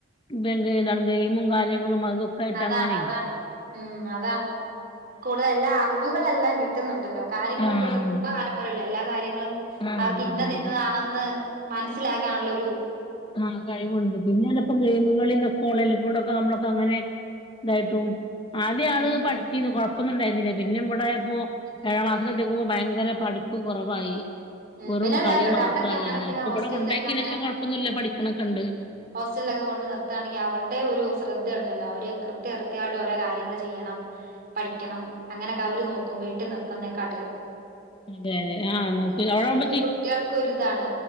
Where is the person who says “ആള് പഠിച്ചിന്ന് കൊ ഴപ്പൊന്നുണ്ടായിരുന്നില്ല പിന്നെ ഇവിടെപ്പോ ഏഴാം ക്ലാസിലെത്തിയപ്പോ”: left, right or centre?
Left